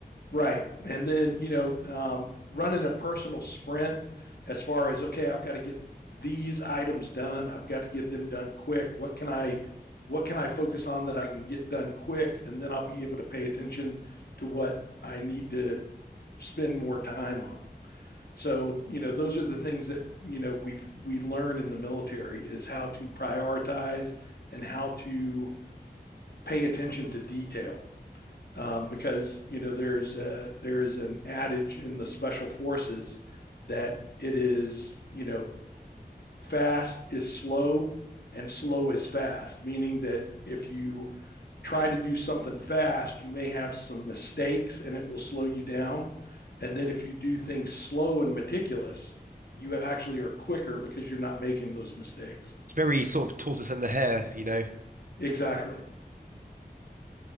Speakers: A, on the left; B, on the right.
A: Right. And then, you know, um, running a personal sprint as far as, okay, I've got to get these items done. I've got to get them done quick. What can I, what can I focus on that I can get done quick? And then I'll be able to pay attention to what I need to spend more time on. So, you know, those are the things that, you know, we've, we learn in the military is how to prioritize and how to pay attention to detail um, because you know there's a, there is an adage in the special forces that it is you know fast is slow and slow is fast meaning that if you try to do something fast you may have some mistakes and it will slow you down and then if you do things slow and meticulous you actually are quicker because you're not making those mistakes
B: It's very sort of tortoise and the hare, you know.
A: exactly